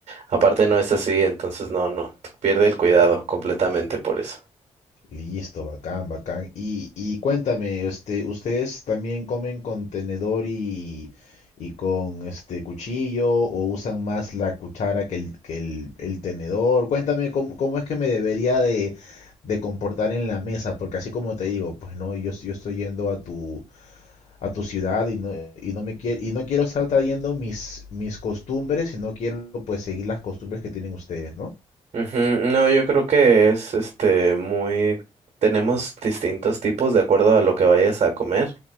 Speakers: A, on the right; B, on the left.
A: aparte no es así, entonces no, no, pierde el cuidado completamente por eso.
B: Listo, bacán, bacán. Y, y cuéntame, este, ¿ustedes también comen con tenedor y, y con este cuchillo o usan más la cuchara que el, que el, el tenedor? Cuéntame cómo, cómo es que me debería de, de comportar en la mesa, porque así como te digo, pues no, yo, yo estoy yendo a tu, a tu ciudad y no, y no me quiero, y no quiero estar trayendo mis, mis costumbres y no quiero pues seguir las costumbres que tienen ustedes, ¿no?
A: Ujú, No, yo creo que es este muy tenemos distintos tipos de acuerdo a lo que vayas a comer.